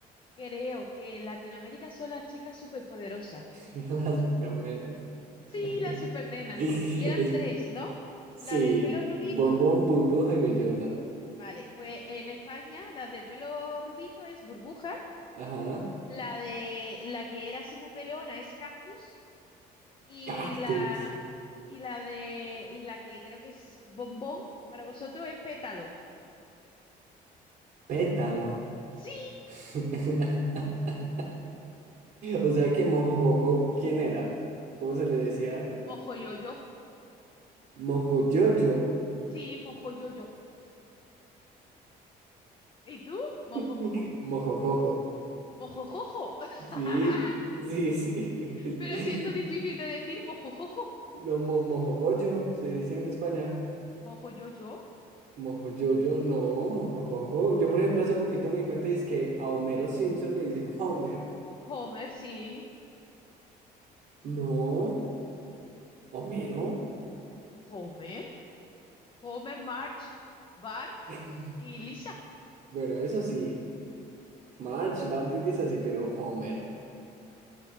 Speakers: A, on the left (about 30°); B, on the right (about 60°).
A: Creo que en Latinoamérica son las chicas superpoderosas.
B: <laughs> Las supernenas.
A: Sí,
B: <laughs>
A: las supernenas.
B: Es,
A: Y eran tres, ¿no?
B: sí,
A: La del pelo rubito.
B: bombón, burbuja y bellota.
A: Vale, pues en España la del pelo rubito es Burbuja.
B: Ajá.
A: La de la que era así muy peleona es Cactus. Y
B: Cactus.
A: la, y la de, y la que creo que es bombón para vosotros es pétalo.
B: Pétalo.
A: Sí,
B: <laughs> O sea que mojojojo, ¿quién era? ¿Cómo
A: M-
B: se le decía?
A: m- mojo yo yo.
B: Mojoyoyo.
A: Sí, mojo yo yo. ¿Y tú? ¿Mojo
B: <laughs>
A: cómo?
B: Mojojojo.
A: Mojo jojo.
B: Sí,
A: <laughs>
B: sí, sí. <laughs>
A: Pero si esto es difícil de decir, mojo jojo.
B: No, mo- mojogoyo, se dice en España.
A: Mojo yo yo.
B: Mojoyoyo, no, mojojojo. Yo, por ejemplo, hace
A: Pe-
B: poquito me di cuenta es que a Homero Simpson le dicen Homer.
A: Homer, sí.
B: No, Homero.
A: Homer, Homer, March, Bart
B: <laughs>
A: y Lisa.
B: Bueno, eso sí. March, Barney dice así, pero Homer,